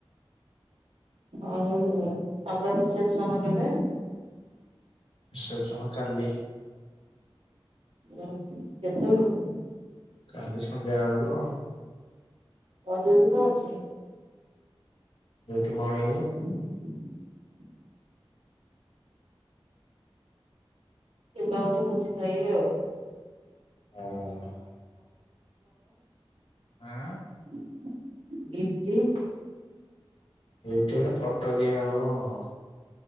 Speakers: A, on the right; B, on the left.
A: ଆଉ ତାଙ୍କ ରିସେପ୍ସନ କେବେ?
B: ରିସେପ୍ସନ କାଲି।
A: ଉଁ। କେତବେଳକୁ
B: କାଲି ସନ୍ଧ୍ୟା ବେଳକୁ।
A: ଆଜି ବି କଣ ଅଛି?
B: ଯୋଉଠି ମଣି
A: <inaudible> ଯିବା ଗୋଟେ ଭୋଜି ଖାଇ ଆଉ।
B: ହଁ। ଆଁ।
A: <unintelligible>
B: ଏଇଠି ଗୋଟେ ଫଟୋ ଦିଆ ହବ।